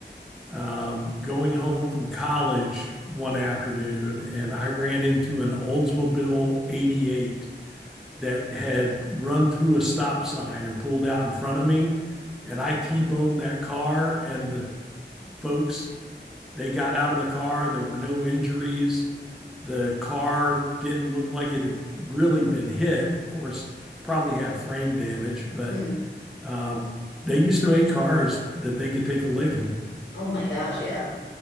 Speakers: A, in the centre; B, on the left.
A: um, going home from college one afternoon and I ran into an Oldsmobile 88 that had run through a stop sign and pulled out in front of me. And I T boned that car, and the folks, they got out of the car. There were no injuries. The car didn't look like it had really been hit. Of course, probably had frame damage, but
B: Mm.
A: um, they used to make cars that they could take a licking,
B: Oh my gosh, yeah.